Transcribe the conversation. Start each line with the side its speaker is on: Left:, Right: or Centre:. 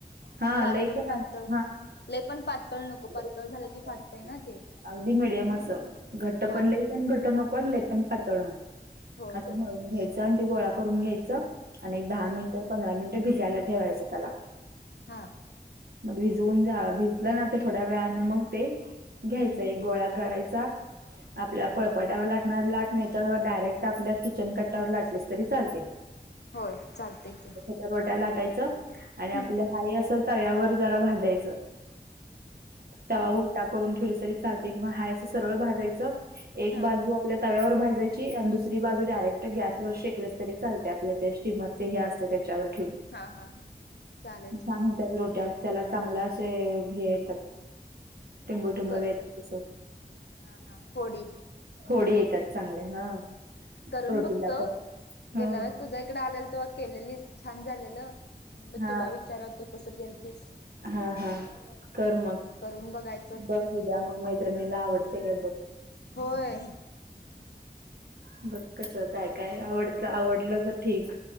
Right: हा
Left: लाटून
Right: लई पण
Left: पातळ
Right: हा
Left: लय पण पातळ नको, पातळ
Right: लई पण
Left: झालं
Right: पातळ
Left: की फाटतय ना ते.
Right: अगदी मिडियम असं घट्ट
Left: हा
Right: पण लई पण घट्ट नको आणि लई पण पातळ नको.
Left: होय
Right: असं
Left: होय
Right: मळून घ्यायच आणि ते गोळा करून घ्यायच आणि दहा
Left: हा
Right: मिनिट पंधरा मिनिट भिजायला ठेवायचं त्याला.
Left: हा.
Right: मग भिजवून जा भिजलं ना, ते थोड्या वेळने मग ते घ्यायचा एक गोळा करायचा आपल्या पळपटावर लाटणार लाट नाही तर, डायरेक्ट आपल्या किचन कट्टयावर लाटलीस तरी चालतय. <inaudible>
Left: होय चालतंय की.
Right: त्या रोट्या लाटायचं
Left: हम्म
Right: आणि आपल्या हाय अस तव्यावर जरा भाजायचं. तवा
Left: हा
Right: उलटा करून <unintelligible> चालते किंवा हा असं सरळ भाजायचं एक
Left: हा
Right: बाजू आपल्या तव्यावर भाजायची आणि दुसरी बाजू डायरेक्ट गॅसवर शेकलेस तरी चालत्या, आपल्या त्या स्टीमर ते हे असते त्याच्यावर ठेवून
Left: हा हा हा चालेल
Right: छान
Left: की
Right: होत्यात रोट्या त्याला चांगले असे हे येत्यात टिंबू टूंबाला
Left: कर
Right: य तस
Left: हा हा फोडी
Right: थोडी येतात. चांगले हा
Left: करून
Right: रोटीला
Left: बघतो
Right: पण
Left: गेल्या
Right: हा.
Left: वेळेस तुझ्या इकडे आलेले तवा केलेलीस, छान झालेलं म म्हणलं
Right: हा
Left: तुला विचाराव तू कस केल तीस
Right: हा हा कर
Left: तस
Right: मग
Left: करून बघाय
Right: बघ उद्या मग मैत्रिणीला आवडतयं काय बघ?
Left: होय.
Right: बघ कसं काय काय आवडत आवडलं तर ठीक.